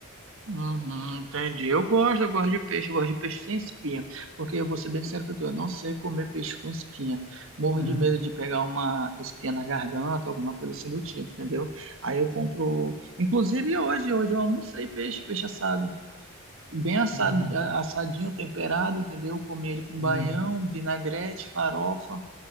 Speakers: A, on the right; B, on the left.
A: Uhum, entendi. Eu gosto, eu gosto de peixe, eu gosto de peixe sem espinha. Porque eu vou ser bem sincero pra tu, eu não sei comer peixe com espinha. Morro
B: Uhum,
A: de medo de pegar uma espinha na garganta, alguma coisa assim do tipo, entendeu? Aí eu compro. Inclusive hoje, hoje eu almocei peixe, peixe assado. Bem assado,
B: uhum,
A: a- assadinho, temperado, entendeu? Comi ele com
B: uhum.
A: baião, vinagrete, farofa.